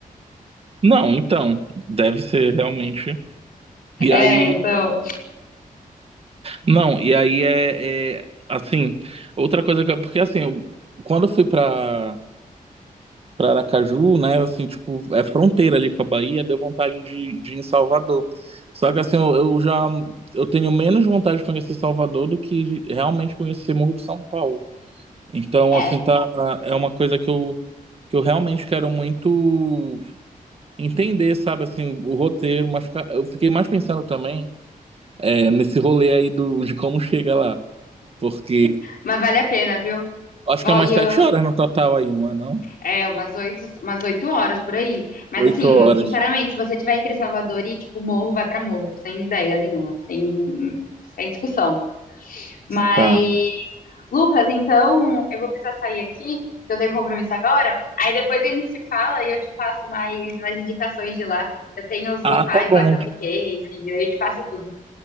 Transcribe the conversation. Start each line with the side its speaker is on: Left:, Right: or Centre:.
Right: Não, então, deve ser realmente. E
Left: É,
Right: aí,
Left: então.
Right: não, e aí é, é, assim, outra coisa que eu- porque assim, eu- quando eu fui pra para Aracaju, né, assim, tipo, é fronteira ali com a Bahia, deu vontade de, de ir em Salvador. Só que assim, eu, eu já eu tenho menos vontade de conhecer Salvador do que realmente conhecer Morro de São Paulo. Então,
Left: é,
Right: assim, tá, é uma coisa que eu que eu realmente quero muito entender, sabe, assim, o roteiro, mas fica- eu fiquei mais pensando também É nesse rolê aí do, de como chega lá. Porque
Left: mas vale a pena, viu?
Right: acho
Left: Ó,
Right: que é umas
Left: E
Right: sete
Left: eu,
Right: horas no total aí, não é não?
Left: é, umas oito, umas oito horas por aí. Mas
Right: Oito
Left: assim,
Right: horas.
Left: sinceramente, se você tiver entre Salvador e tipo Morro, vai pra Morro, sem ideia nenhuma, sem, sem discussão. Mas,
Right: Tá.
Left: Lucas, então eu vou precisar sair aqui, que eu tenho um compromisso agora. Aí depois a gente se fala e eu te passo mais, mais indicações de lá. Eu tenho os locais
Right: Ah, tá bom.
Left: lá que eu fiquei, enfim, aí eu te passo tudo.